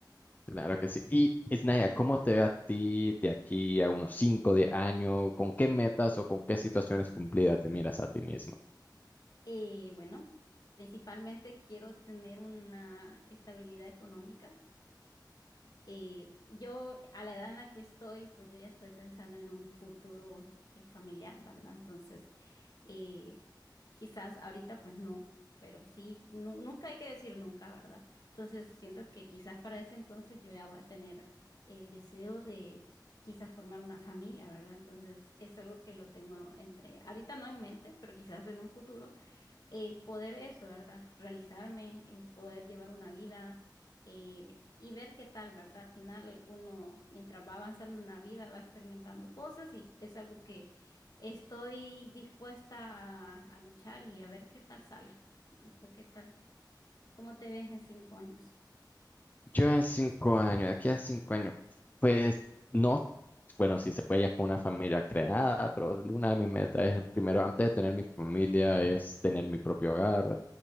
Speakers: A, on the left (about 25°); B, on the left (about 55°).
A: Claro que sí. Y Isnaya, ¿cómo te ve a ti de aquí a unos 5 10 años? ¿Con qué metas o con qué situaciones cumplidas te miras a ti mismo?
B: Eh, bueno, principalmente quiero tener una estabilidad económica. Eh, yo, a la edad en la que estoy, pues yo ya estoy pensando en un futuro eh, familiar, ¿verdad? Entonces, eh, Quizás ahorita pues no, pero sí, nu- nunca hay que decir nunca, ¿verdad? Entonces siento que quizás para ese entonces yo ya voy a tener el deseo de quizás formar una familia, ¿verdad? Entonces es algo que lo tengo entre, ahorita no en mente, pero quizás en un futuro el poder eso, ¿verdad? Realizarme, el poder llevar una vida eh, y ver qué tal, ¿verdad? Al final uno, mientras va avanzando en la vida, va experimentando cosas y es algo que estoy dispuesta a, a luchar y a ver qué tal sale. ¿Y tú qué tal? ¿Cómo te ves en cinco años?
A: Yo en cinco años, aquí a cinco años, pues no, bueno, si se puede ya con una familia creada, pero una de mis metas es, primero, antes de tener mi familia, es tener mi propio hogar,